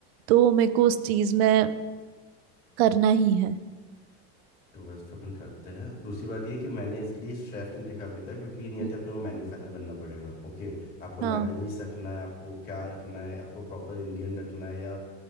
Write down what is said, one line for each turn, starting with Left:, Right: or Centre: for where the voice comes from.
Right: तो मेरे को उस चीज में करना ही है
Left: टू वेस्ट पे अपन करते हैं दूसरी बात ये कि मैंने इसलिए शेफ नहीं देखा अभी तक क्योंकि नियति
Right: हम्म।
Left: अपने को मेन्यू फाइनल करना पड़ेगा ओके आपको
Right: हाँ
Left: लेबनीज रखना है आपको क्या रखना है आपको प्रॉपर इंडियन रखना है या